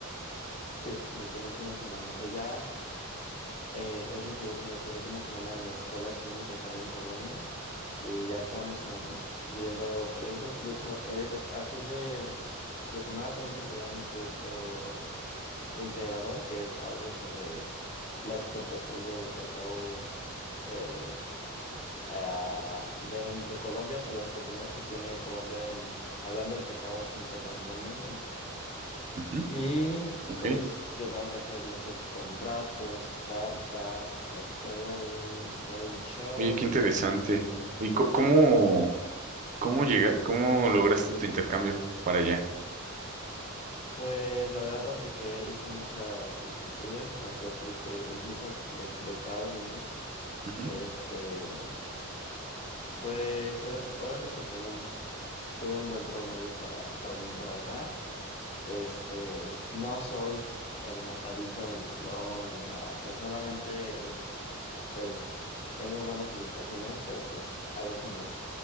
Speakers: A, on the left (about 30°); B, on the right (about 35°).
A: sí, mi penúltima semana, o sea, ya es, es mi, penu- mi penúltima semana en la escuela aquí en mi intercambio en Colombia y ya estamos en, viendo proyectos. De hecho, eh, eh, a fin de, de semana tengo que entregar mi proyecto integrador, que es algo sobre la exportación de cacao eh, a- de, de Colombia, o sea, las oportunidades que tiene Colombia en, hablando del cacao internacionalmente.
B: Ujú,
A: Y
B: ok.
A: pues yo tengo que hacer los otros contratos, cartas, o sea, todo un, todo un show.
B: Oye, qué interesante.
A: eh,
B: ¿Y
A: la
B: co- cómo,
A: par-
B: cómo
A: Ujú.
B: llega, cómo lograste tu intercambio para allá?
A: Pues la verdad apliqué, hice muchas solicitudes, o sea, sí apliqué, incluso be- becado vine.
B: Ujú.
A: Este, um, pues o- obviamente pues tengo un- tuve un buen promedio para, para venir para acá. Este, no soy el matadito del salón ni nada, o sea, solamente pues tengo buenas calificaciones, pero pues hago como